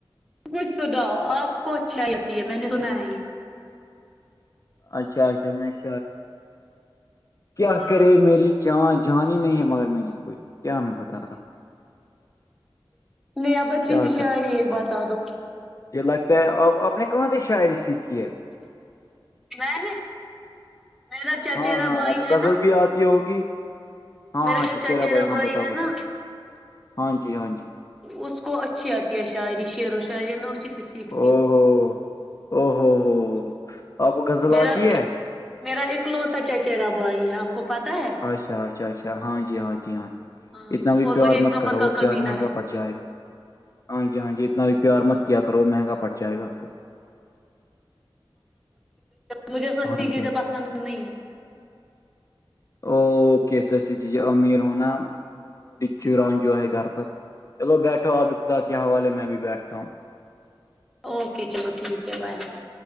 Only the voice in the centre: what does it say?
کچھ سناؤ آپ کو اچھائی لتی ہے میں نے سنا ہے یہ
ہاں
نہیں اب بچی
سے
شاریی ایک
بات
آ دو
میں نے میرا چچیرا
بھائی
ہے
نا
میرا
جو
چچیرا
ہے
نا
اس کو اچھی آتی ہے شاعری شعر و شاعری میں اسی سے سیکھتی
ہوں
میرا
میرا اکلوتا چاچا بوائی ہے آ کو پتا ہے
ہاں
اور
وہ ایک
نمبر
کا
کمینہ
ہے
مجھے سستی
چیزیں
پسند نہیں ہیں
اوکے چلو ٹھیک ہے بائے بائے